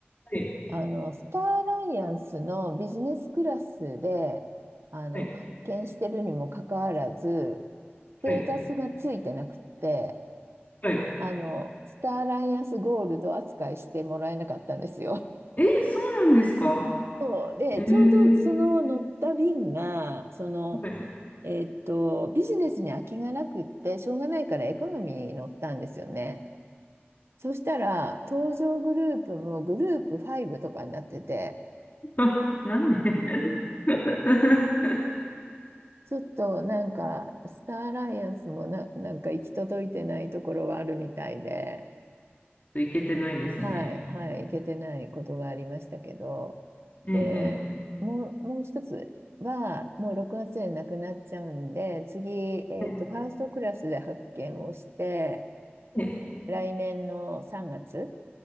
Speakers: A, on the left (about 40°); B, on the right (about 75°).
A: はい、
B: あの、スターアライアンスのビジネスクラスで、あの、
A: はい、
B: 発見してるにもかかわらず、ステータスがついてなくって、
A: はい、はい。
B: あの、スターアライアンスゴールド扱いしてもらえなかったんですよ。
A: えー、そうなんですか
B: そう。で、
A: えー、
B: ちょうどその乗った便が、その、
A: はい。
B: えーっと、ビジネスに空きがなくって、しょうがないからエコノミーに乗ったんですよね。そしたら、登場グループもグループ5とかになってて、
A: <laughs> なんで <laughs> ちょっ
B: ちょっとなんか、スターアライアンスもな、なんか行き届いてないところはあるみたいで、
A: といけてないですね。
B: はい、はい、行けてないことがありましたけど、
A: えー、
B: で、
A: え
B: もう、もう一つは、もう6月でなくなっちゃうんで、次、えっと、
A: ー、はい、
B: ファーストクラスで発見をして、
A: え
B: 来年の3月